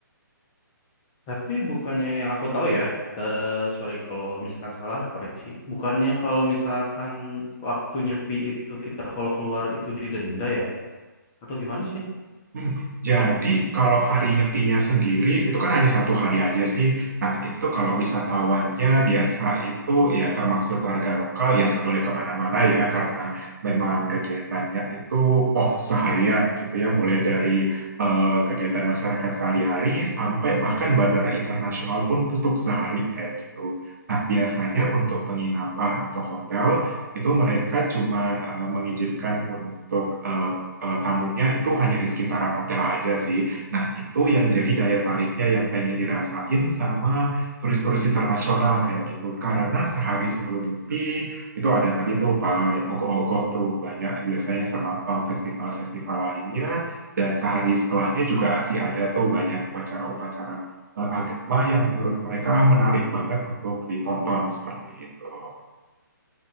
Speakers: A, on the left (about 20°); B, on the right (about 55°).
A: Tapi bukannya yang aku tahu ya. eh sorry kalau misalkan salah koreksi. Bukannya kalau misalkan waktu nyepi itu kita kalau keluar itu didenda ya? Atau gimana sih?
B: Hmm, Jadi kalau hari nyepinya sendiri itu kan hanya satu hari aja sih. Nah itu kalau wisatawannya biasa itu ya termasuk warga lokal ya nggak boleh kemana-mana ya karena memang kegiatannya itu off seharian gitu ya mulai dari eh, kegiatan masyarakat sehari-hari sampai bahkan bandara internasional pun tutup sehari kayak gitu. Nah biasanya untuk penginapan atau hotel itu mereka cuman eh, mengizinkan untuk eh, eh, tamunya itu hanya di sekitaran hotel aja sih. Nah, itu yang jadi daya tariknya yang pengen dirasain sama turis-turis internasional kayak gitu. Karena sehari sebelum Nyepi, itu ada tadi tuh pawai ogoh-ogoh tuh banyak biasanya sama eh, festival-festival lainnya. Dan sehari setelahnya juga masih ada tuh banyak upacara-upacara eh, agama yang menurut mereka menarik banget untuk ditonton seperti itu.